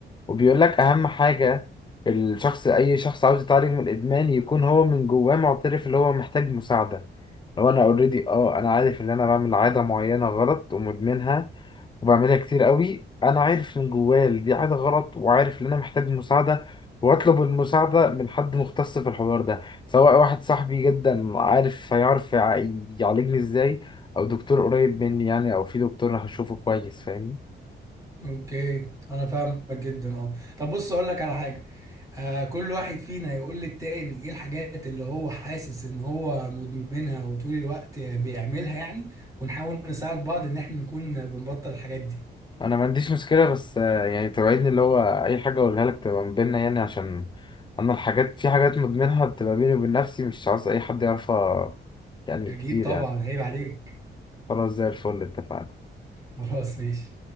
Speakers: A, on the left; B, on the right.
A: وبيقول لك اهم حاجه الشخص اي شخص عاوز يتعالج من الادمان يكون هو من جواه معترف اللي هو محتاج مساعده هو انا اوريدي اه انا عارف ان انا بعمل عاده معينه غلط ومدمنها وبعملها كتير قوي انا عارف من جوايا إن دي عاده غلط وعارف ان انا محتاج مساعده واطلب المساعده من حد مختص في الحوار ده سواء واحد صاحبي جدا عارف هيعرف يع- يعالجني ازاي او دكتور قريب مني يعني او في دكتور هشوفه كويس فاهمني
B: اوكي انا فاهمك جدا اه طب بص اقول لك على حاجة آه كل واحد فينا هيقول للتاني ايه الحاجات اللي هو حاسس ان هو مدمنها وطول الوقت بيعملها يعني ونحاول نساعد بعض ان احنا نكون بنبطل الحاجات دي
A: انا ما عنديش مشكله بس آه، يعني توعدني اللي هو اي حاجه اقولها لك تبقى من بيننا يعني عشان انا الحاجات في حاجات مدمنها بتبقى بيني وبين نفسي مش عاوز اي حد يعرفها يعني
B: اكيد
A: كتير
B: طبعا
A: يعني
B: عيب عليك
A: خلاص زي الفل اتفقنا
B: خلاص ماشي